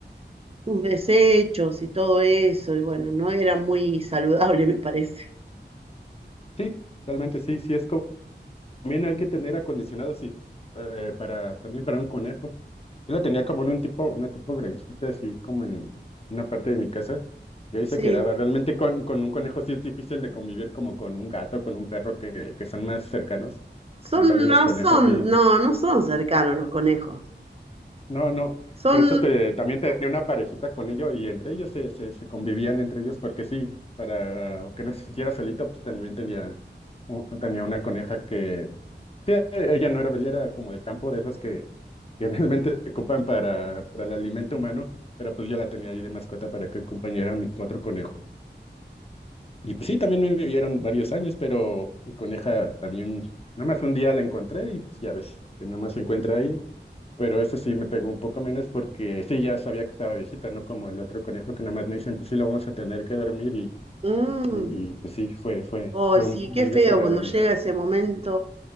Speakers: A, on the right (about 30°); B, on the left (about 35°).
A: sus desechos y todo eso, y bueno, no era muy saludable, <laughs> me parece.
B: sí, realmente sí, sí es como, también hay que tener acondicionado así, eh, para, también para un conejo. Yo la tenía como en un tipo, una tipo granjita así como en una parte de mi casa, y ahí se
A: Sí,
B: quedaba. Realmente con, con un conejo sí es difícil de convivir como con un gato, con un perro que, que son más cercanos.
A: son,
B: En cambio los
A: no
B: conejos
A: son,
B: sí,
A: no, no son cercanos los conejos.
B: No, no,
A: Son
B: por eso te, también tenía una parejita con ellos y entre ellos se, se, se convivían entre ellos porque sí, para que no se sintiera solito, pues también tenía, u- tenía una coneja que, sí, ella no era bella, era como de campo, de esas que, que <laughs> realmente se ocupan para, para el alimento humano, pero pues yo la tenía ahí de mascota para que acompañara a mi otro conejo. Y pues sí, también me vivieron varios años, pero mi coneja también, nada más un día la encontré y pues ya ves, que nada más se encuentra ahí pero ese sí me pegó un poco menos porque sí, ya sabía que estaba viejita, ¿no? Como el otro conejo que nada más me dicen, pues sí, lo vamos a tener que dormir y,
A: Mm,
B: y, y, pues sí, fue, fue,
A: ay,
B: fue un-
A: sí,
B: muy
A: qué
B: desagradable.
A: feo cuando llega ese momento.